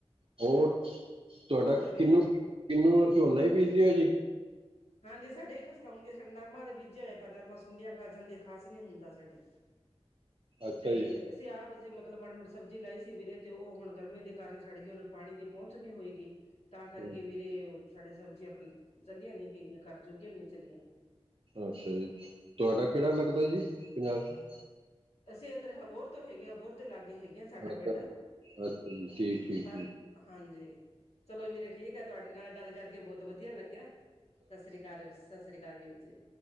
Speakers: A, on the right; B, on the left.
A: ਹੋਰ ਤੁਹਾਡਾ
B: ਵੀਰੇ
A: ਕਿੰਨੂੰ, ਕਿੰਨੂੰ ਔਰ ਝੋਨਾ ਵੀ ਬੀਜਦੇ ਆ ਜੀ।
B: ਹਾਂਜੀ, ਸਾਡੇ ਹੀ ਫਸਲਾਂ ਹੁੰਦੀਆਂ ਸਾਡੇ ਨਰਮਾ ਦਾ ਬੀਜਿਆ ਹੋਇਆ ਪਰ ਨਰਮਾ ਸੁੰਡੀਆਂ ਖਾ ਜਾਂਦੀਆਂ ਖਾਸ ਨੀ ਹੁੰਦਾ ਸਾਡੇ।
A: ਅੱਛਾ
B: ਤੇ
A: ਜੀ
B: ਅਸੀਂ ਆਪ ਅਸੀਂ ਮਤਲਬ ਮਾੜੀ ਮੋਟੀ ਸਬਜ਼ੀ ਲਾਈ ਸੀ। ਵੀਰੇ ਤੇ ਉਹ ਹੁਣ ਗਰਮੀ ਦੇ ਕਾਰਨ ਸਾੜ ਗਈ। ਉਹ ਨੇ ਪਾਣੀ ਦੀ ਪਹੁੰਚਣੀ ਹੋਏਗੀ ਤਾਂ ਕਰਕੇ
A: ਹਮ,
B: ਵੀਰੇ। ਸਾਡੇ ਸਬਜ਼ੀਆਂ ਫਿਰ ਚੱਲੀਆਂ ਨੀ ਹੈਗੀਆਂ, ਘਰ ਜੋਗੀਆਂ ਵੀ ਨੀ ਚੱਲੀਆਂ।
A: ਅੱਛਾ ਜੀ, ਤੁਹਾਡਾ ਕਿਹੜਾ ਲੱਗਦਾ ਜੀ ਪੰਜਾਬ 'ਚ
B: ਅਸੀਂ ਇੱਧਰ ਅਬੋਹਰ ਤੋਂ ਹੈਗੇ ਅਬੋਹਰ ਦੇ ਲਾਗੇ ਹੈਗੇ। ਵਧੀਆ ਸਾਡਾ
A: ਅੱਛਾ
B: ਪਿੰਡ
A: ਅੱਛਾ ਜੀ ਠੀਕ ਠੀਕ
B: ਫ
A: ਠੀਕ
B: ਹਾਂਜੀ ਚਲੋ ਵੀਰੇ ਠੀਕ ਆ। ਤੁਹਾਡੇ ਨਾਲ ਗੱਲ ਕਰਕੇ ਬਹੁਤ ਵਧੀਆ ਲੱਗਿਆ, ਸਤਿ ਸ੍ਰੀ ਅਕਾਲ, ਸਤਿ ਸ੍ਰੀ ਅਕਾਲ ਵੀਰ ਜੀ।